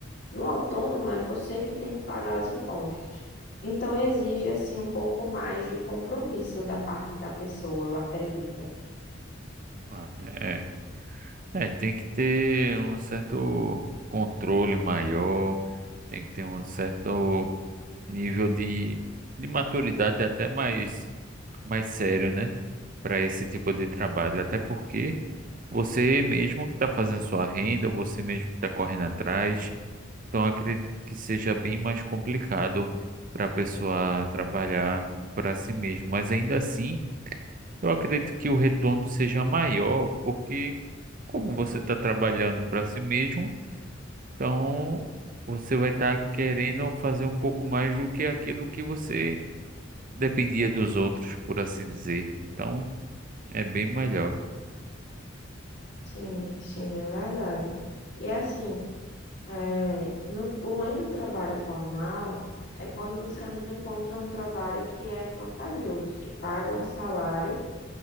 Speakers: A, on the left; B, on the right.
A: No autônomo é você que tem que pagar os impostos. Então exige assim um pouco mais de compromisso da parte da pessoa, eu acredito.
B: Ah, É, é, tem que ter um certo controle maior, tem que ter um certo nível de, de maturidade até mais, mais sério, né? Para esse tipo de trabalho, até porque você mesmo que está fazendo sua renda, você mesmo que está correndo atrás, Então, acredito que seja bem mais complicado para a pessoa trabalhar para si mesmo. Mas ainda assim, eu acredito que o retorno seja maior, porque como você está trabalhando para si mesmo, então você vai estar querendo fazer um pouco mais do que aquilo que você dependia dos outros, por assim dizer. Então, é bem melhor.
A: Sim, sim, é verdade. E assim, é, no- o ruim do trabalho formal é quando você não encontra um trabalho que é vantajoso, que paga um salário